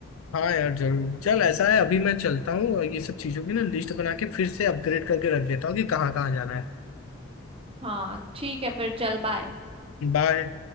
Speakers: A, on the left; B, on the right.
A: हाँ यार जरूर चल ऐसा है अभी मैं चलता हूँ और ये सब चीजों की ना लिस्ट बना के फिर से अपग्रेड करके रख देता हूँ कि कहाँ कहाँ जाना है
B: हाँ ठीक है फिर चल बाय
A: बाय